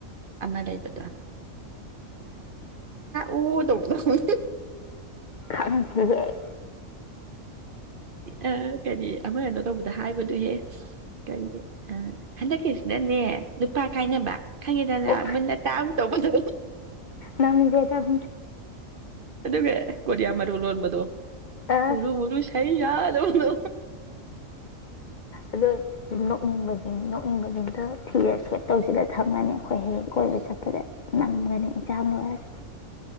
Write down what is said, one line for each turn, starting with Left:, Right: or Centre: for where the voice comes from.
Right: ꯑꯃ ꯂꯩꯕꯗ꯭ꯔꯥꯅꯥ ꯑꯣ ꯇ ꯎ
Left: ꯈꯪ ꯊꯦ
Right: ꯑ ꯀꯔꯤ ꯑꯃ ꯀꯩꯅꯣ ꯇꯧꯕꯗ ꯍꯥꯏꯕꯗꯨꯍꯦ ꯀꯔꯤ ꯑ ꯍꯟꯗꯛꯀꯤꯁꯤꯅꯅꯦ ꯅꯨꯄꯥ ꯀꯥꯏꯅꯕ ꯈꯪꯉꯦꯗꯅ
Left: ꯑꯣ
Right: ꯃꯨꯟꯅ ꯇꯥꯡ ꯇꯧꯕꯗ
Left: ꯅꯃꯤꯗ ꯆꯝ
Right: ꯑꯗꯨꯒ ꯀꯔꯤꯌꯥ ꯃꯔꯑꯣꯜ ꯑꯣꯟꯕꯗꯣ <inaudible> <inaudible>
Left: ꯑ
Right: ꯎꯔꯨ ꯎꯔꯨ ꯁꯥꯏ ꯌꯥꯗ ꯑꯅꯣ
Left: ꯑꯗꯣ ꯅꯣꯛꯅꯤꯡꯕꯁꯤꯡ ꯅꯣꯛꯅꯤꯡꯕꯁꯤꯡꯗ ꯊꯤꯔꯦ ꯁꯦꯞ ꯇꯧꯁꯤꯂ ꯊꯝꯃꯅꯦ ꯑꯩꯈꯣꯏ ꯍꯦꯛ ꯀꯣꯏꯕ
Right: ꯎꯝ
Left: ꯆꯠꯄꯗ ꯅꯝꯒꯅꯤ ꯏꯟꯥꯡ ꯂꯔꯁ